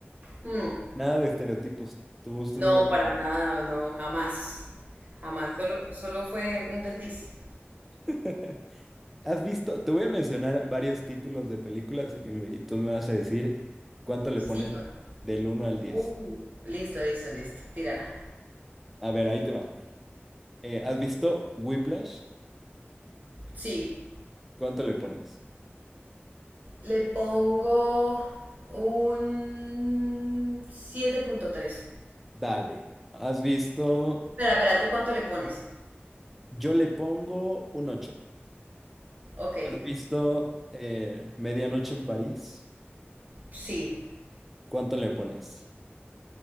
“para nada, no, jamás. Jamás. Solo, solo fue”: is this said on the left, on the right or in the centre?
Right